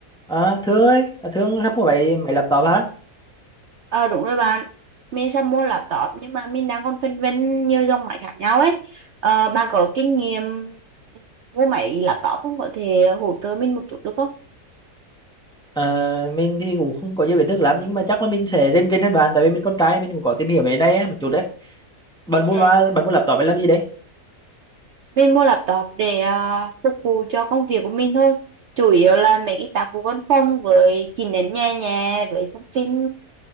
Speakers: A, in the centre; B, on the right (about 60°).
A: Ờ, Thương ơi, à, Thương sắp có bảy máy laptop hả?
B: Ờ đúng rồi bạn Mình sắp mua laptop nhưng mà mình đang còn phân vân nhiều dòng máy khác nhau ấy ờ, bạn có kinh nghiệm mua máy laptop không có thể hỗ trợ mình một chút được không
A: Ờ, mình thì cũng không có nhiều kiến thức lắm nhưng mà chắc là mình sẽ rên rên hơn bạn tại vì mình con trai mình cũng có tìm hiểu về cái này á, một chút đấy. Bạn
B: Ừ.
A: mua mà bạn mua laptop để làm gì đấy?
B: Mình mua laptop để à, phục vụ cho công việc của mình thôi chủ yếu là mấy cái tác vụ văn phòng với chỉnh đến nhà nhà với xem phim